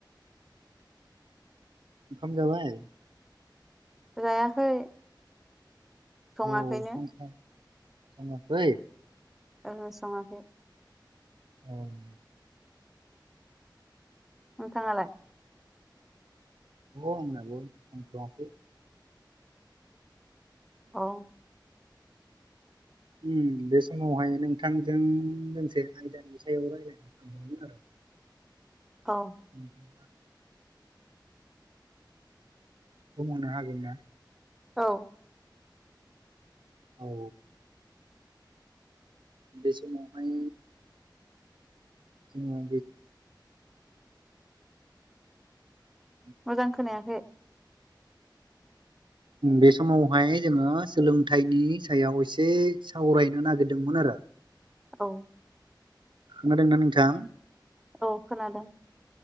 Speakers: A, on the right; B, in the centre.
A: ओंखाम जाबाय?
B: जायाखै। सङाखैनो
A: औ <inaudible>
B: ओहो सङाखै।
A: ओं।
B: नोंथाङा लाय?
A: अ आंनाबो संथ'वाखै।
B: औ।
A: उम बे समावहाय नोंथांजों दोंसे आयदानि सायाव राय्लायनो सानदोंमोन आरो। <unintelligible>
B: औ।
A: नोंथाङा बुंनो हागोन ना?
B: औ।
A: औ। बे समावहाय जोंहा <unintelligible>
B: मोजां खोनायाखै।
A: बे समावहाय जोङो सोलोंथाइनि सायाव एसे सावरायनो नागोरदोंमोन आरो। <unintelligible>
B: औ।
A: खोनादोंना नोंथां?
B: औ खोनादों।